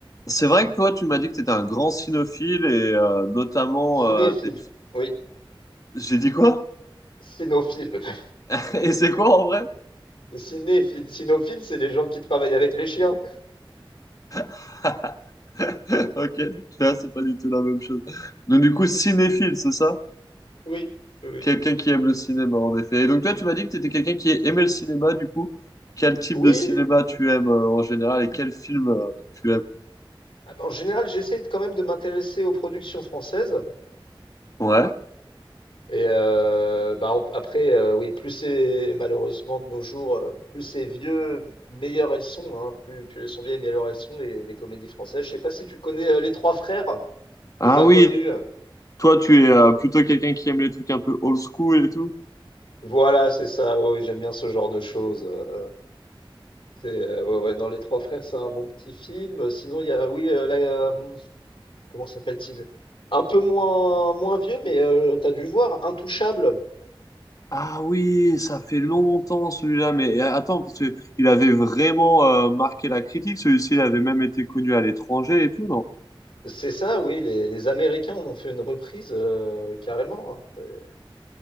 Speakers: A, on the left (about 40°); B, on the left (about 70°).
A: C'est vrai que toi, tu m'as dit que tu étais un grand cinéphile et euh, notamment
B: Cinéphile,
A: euh, des...
B: oui,
A: <laughs> J'ai dit quoi?
B: cinophile. <laughs>
A: <laughs> Et c'est quoi en vrai?
B: Cinéphile, cinophile, c'est les gens qui travaillent avec les chiens.
A: <laughs> Ok, donc tu vois, c'est pas du tout la même chose. Donc du coup, cinéphile, c'est ça?
B: Oui, oui, oui.
A: Quelqu'un qui aime le cinéma, en effet. Et donc toi, tu m'as dit que tu étais quelqu'un qui aimait le cinéma, du coup. Quel type
B: Oui,
A: de cinéma tu aimes euh, en général et quel film euh, tu aimes?
B: ah bah, en général, j'essaie de- quand même de m'intéresser aux productions françaises.
A: Ouais.
B: Et euh, bah, on- après, euh, oui, plus c'est malheureusement de nos jours, euh, plus c'est vieux, meilleures elles sont. hein. Plus, plus elles sont vieilles, meilleures elles sont, les, les comédies françaises. Je sais pas si tu connais euh, Les Trois Frères,
A: Ah
B: des Inconnus.
A: oui, toi, tu es euh, plutôt quelqu'un qui aime les trucs un peu old school et tout.
B: Voilà, c'est ça. Oui, oui, j'aime bien ce genre de choses. euh, C'est euh, ouais, ouais, non, Les Trois Frères, c'est un bon petit film. Euh, Sinon, il y a, oui, euh, là, euh, hum, comment s'appelle-t-il? Un peu moins, moins vieux, mais euh, t'as dû voir Intouchable.
A: Ah oui, ça fait longtemps celui-là, mais euh, attends, parce que il avait vraiment euh, marqué la critique, celui-ci, il avait même été connu à l'étranger et tout, non?
B: C'est ça, oui, les, les Américains en ont fait une reprise euh, carrément. hein. C'est-